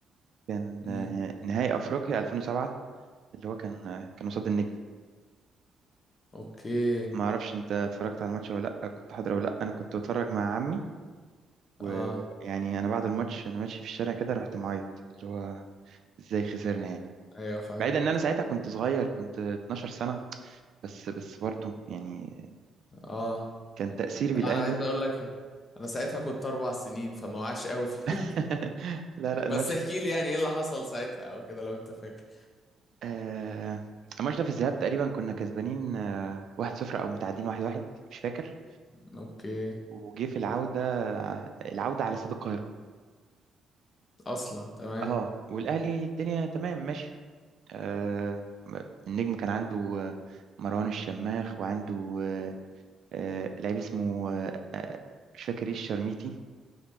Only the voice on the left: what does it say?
مم،
اوكي
اه
ايوه فاهم
اه
لا، انا عايز اقول لك انا ساعتها كنت اربع سنين فما وعاش قوي <laughs> فاهمني
بس احكي
لي يعني ايه اللي حصل ساعتها او كده لو انت فاكر
اوكي
اصلا تمام